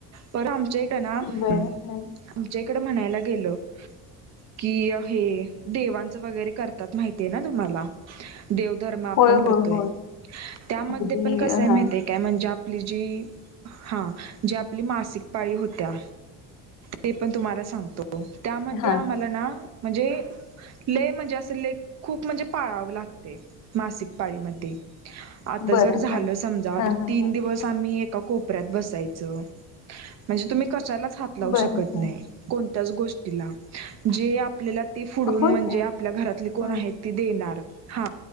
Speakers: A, on the right; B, on the left.
A: पर आमच्या इक ना,
B: बर
A: ह,
B: हा
A: आमच्या इकडं म्हणायला गेलो. कि हे देवांचं वगैरे करतात माहितीये ना, तुम्हाला देवधर्म आपण
B: होय
A: करतोय.
B: होय होय
A: त्यामध्ये
B: अगदी
A: पण कसं आहे
B: हा
A: माहिती आहे काय म्हणजे आपली जी हा जी आपली मासिक पाळी होत्या. ते पण तुम्हाला सांगतो. त्यामध्ये
B: हा
A: आम्हाला ना, म्हणजे लेय म्हणजे असं ले खूप म्हणजे पाळावं लागते. मासिक पाळीमध्ये. आता
B: बर
A: जर झालं
B: हा
A: समजा,
B: हा हा
A: तीन
B: हा
A: दिवस बस आम्ही एका कोपऱ्यात बसायचं म्हणजे तुम्ही कशालाच हात लावू
B: बर
A: शकत
B: हा
A: नाही. कोणत्याच गोष्टीला जे आपल्याला ते पुढून
B: होय
A: म्हणजे
B: काय
A: आपल्या घरातले कोण
B: हं,
A: आहेत. ते देणार. हा